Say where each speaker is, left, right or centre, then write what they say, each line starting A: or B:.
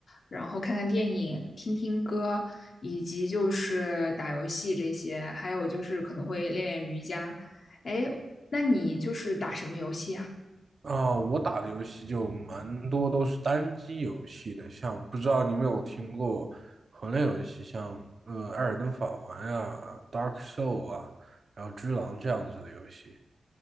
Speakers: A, on the left (about 65°); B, on the right (about 55°).
A: 然后看看电影，听听歌，以及就是打游戏这些，还有就是可能会练练瑜伽。哎，那你就是打什么游戏啊？
B: 啊、我打的游戏就蛮多都是单机游戏的，像不知道你有没有听过魂类游戏，像呃《艾尔登法环》呀、《Dark Soul》啊，然后《只狼》这样子的游戏。